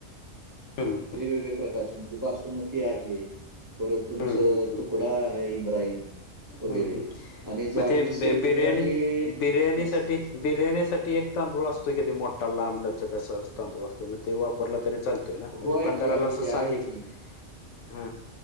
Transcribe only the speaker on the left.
ह.
हं, हं.
ह
मग ते
बिर्याणी
बिर्याणी
साठी बिर्याणीसाठी एक तांदूळ असतो किती मोठा लांबलच कस तांदूळ असते ते वापरला तरी चालत
दुकानदाराला
अस
सांगितलं